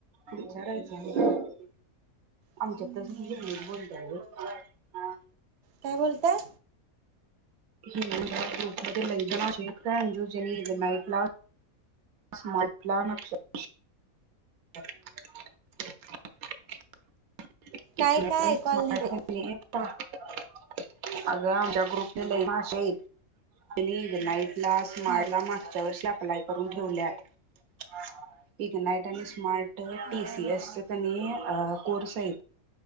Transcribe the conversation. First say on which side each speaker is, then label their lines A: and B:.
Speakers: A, on the right; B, on the right.
A: विचारायच मग.
B: हम्म
A: आमच्यात तसबी हिंदीत बोलत्यात ग आं
B: काय बोलताय
A: <inaudible> ग्रुपमध्ये लय जण असे हायेत <unintelligible> असं म्हटला म्हटलं. <unintelligible> <unintelligible> <unintelligible>
B: काय काय ऐकू आलं नाही बाई
A: अग आमच्या ग्रुपने लई भाषा हाईत <unintelligible> नाईट क्लास माडला
B: हा
A: मागच्या वर्ष लॅप लाई करून ठेवल्यात <unintelligible> एक नाईट आणि स्मार्ट
B: हा
A: टी
B: हा
A: सी एस
B: हा
A: च कणी अ कोड्स् व्हय